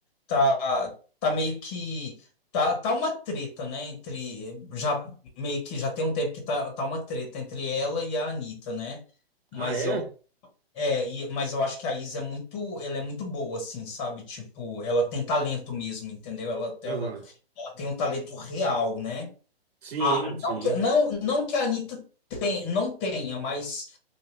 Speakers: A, on the left (about 30°); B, on the right (about 80°).
A: tá, tá meio que tá, tá uma treta, né, entre já meio que já tem um tempo que tá, tá uma treta entre ela e a Anitta, né? Mas
B: Ah, é?
A: eu é, e- mas eu acho que a Isa é muito, ela é muito boa assim, sabe? Tipo, ela tem talento mesmo, entendeu? Ela ela,
B: Aham.
A: ela tem um talento real, né?
B: Sim,
A: Ah,
B: sim.
A: não que, não, não que a Anitta tem, não tenha, mas